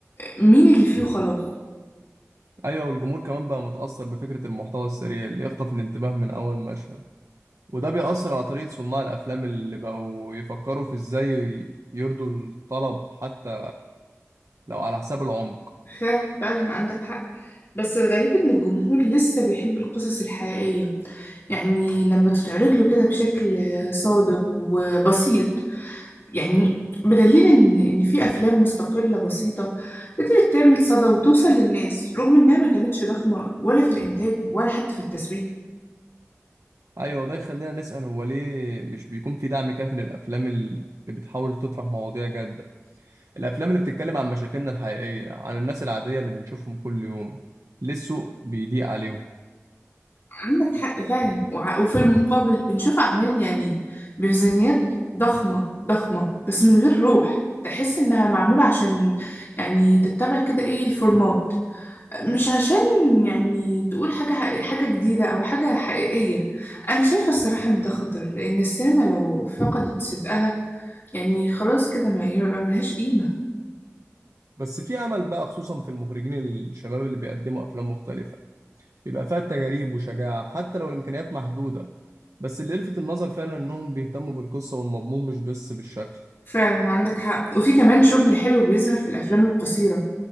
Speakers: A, on the left (about 50°); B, on the right (about 70°).
A: مين اللي فيه وخلاص
B: ايوه والجمهور كمان بقى متأثر بفكرة المحتوى السريع اللي يخطف الانتباه من اول مشهد وده بيأثر على طريقة صناع الأفلام اللي بقوا يفكروا في إزاي ي- يرضوا الطلب حتى لو على حساب العمق
A: فعلا فعلا عندك حق بس الغريب إن الجمهور لسه بيحب القصص الحقيقية يعني لما تتعرض له كده بشكل صادق وبسيط يعني بدليل إن إن في أفلام مستقلة بسيطة قدرت تعمل صدى وتوصل للناس رغم إنها ما كانتش ضخمة ولا في الإنتاج ولا حتى في التسويق
B: أيوة وده يخلينا نسأل هو ليه مش بيكون في دعم كافي للأفلام اللي بتحاول تطرح مواضيع جادة الأفلام اللي بتتكلم عن مشاكلنا الحقيقية عن الناس العادية اللي بنشوفهم كل يوم ليه السوق بيضيق عليهم
A: عندك حق فعلا وع- وفي المقابل بنشوف أعمال يعني بميزانيات ضخمة ضخمة بس من غير روح تحس إنها معمولة عشان يعني تتبع كده إيه الفورمات مش عشان يعني تقول حاجة ح- حاجة جديدة أو حاجة حقيقية أنا شايفة الصراحة إن ده خطر لأن السينما لو فقدت صدقها يعني خلاص كده ما يبقى ملهاش قيمة
B: بس في أمل بقى خصوصا في المخرجين الشباب اللي بيقدموا أفلام مختلفة بيبقى فيها تجارب وشجاعة حتى لو الإمكانيات محدودة بس اللي لفت النظر فعلا إنهم بيهتموا بالقصة والمضمون مش بس بالشكل
A: فعلا عندك حق وفي كمان شغل حلو بيظهر في الأفلام القصيرة